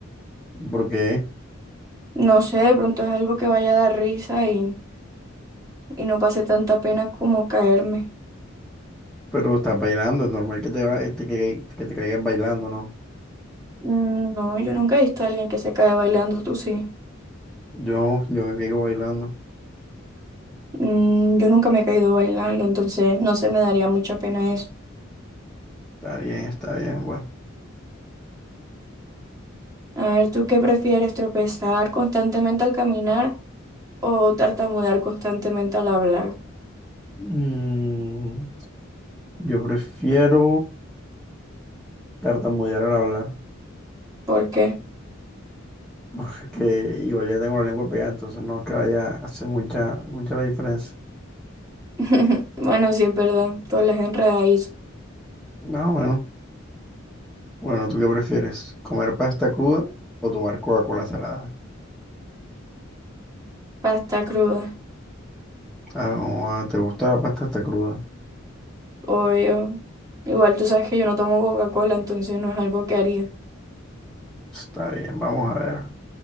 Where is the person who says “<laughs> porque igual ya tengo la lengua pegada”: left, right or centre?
Centre